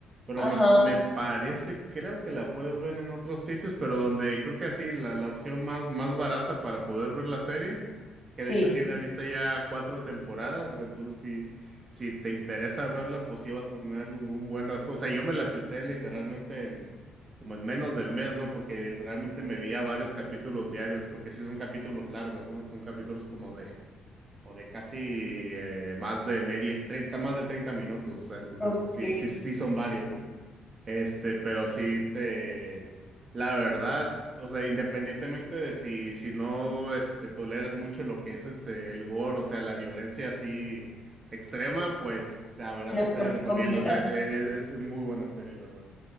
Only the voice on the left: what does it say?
Ajá,
sí.
Ok,
No
me
lo
recomiendas.